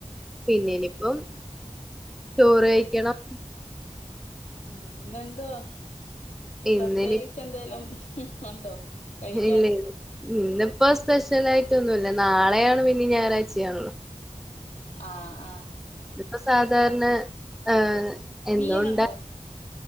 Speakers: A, in the centre; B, on the left (about 85°).
A: പിന്നെ ഇനിയിപ്പം ചോറ് കഴിക്കണം
B: ഉം ഇന്നെന്തുവാ
A: ഇന്നിനി
B: പ്രത്യേകിച്ച് എന്തേലും ഉണ്ടോ കഴിക്കാൻ
A: ഇല്ല ഇന്നിപ്പോ സ്പെഷ്യലായിട്ടു ഒന്നുമില്ല നാളെയാണ് പിന്നെ ഞായറാഴ്ചയാണല്ലോ
B: ആ ഹ് ആഹ്
A: ഇന്ന് സാധാരണ അഹ് എന്നും
B: മീനുണ്ടോ
A: ഉണ്ടാക്കുന്ന